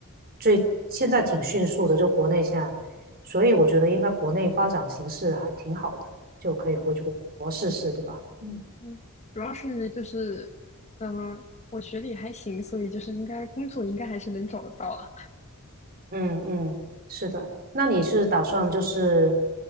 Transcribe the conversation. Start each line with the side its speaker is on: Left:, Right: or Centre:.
Right: 最现在挺迅速的，就国内现在，所以我觉得应该国内发展形势还挺好的，就可以回去国国试试，对吧？嗯。
Left: 嗯，主要是就是，嗯、我学历还行，所以就是应该工作应该还是能找得到啊。
Right: 嗯嗯，是的。那你是打算就是